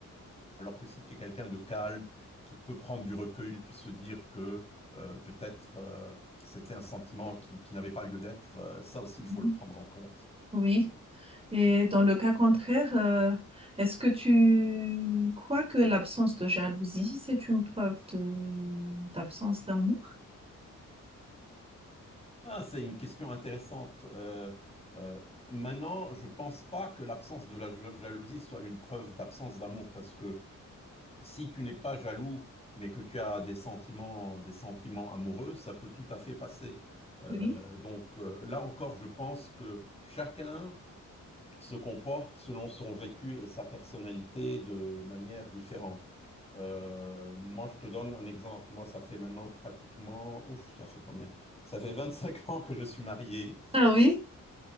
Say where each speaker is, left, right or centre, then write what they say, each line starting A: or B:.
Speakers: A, on the left; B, on the right.
A: alors que si tu es quelqu'un de calme, qui peut prendre du recul, puis se dire que euh, peut-être euh, c'était un sentiment qui, qui n'avait pas lieu d'être, euh, ça aussi, il faut
B: Mhm.
A: le prendre en compte.
B: oui. Et dans le cas contraire, euh, est-ce que tu crois que l'absence de jalousie, c'est une preuve de d'absence d'amour?
A: Ah, c'est une question intéressante. Euh, euh, maintenant, je pense pas que l'absence de la ja- jalousie soit une preuve d'absence d'amour, parce que si tu n'es pas jaloux, mais que tu as des sentiments, des sentiments amoureux, ça peut tout à fait passer. Euh,
B: Oui.
A: donc euh, là encore, je pense que chacun se comporte selon son vécu et sa personnalité de manière différente. Euh, moi, je te donne un exemple. Moi, ça fait maintenant pratiquement, ouf, ça fait combien? Ça fait 25 ans que je suis marié.
B: Ah oui,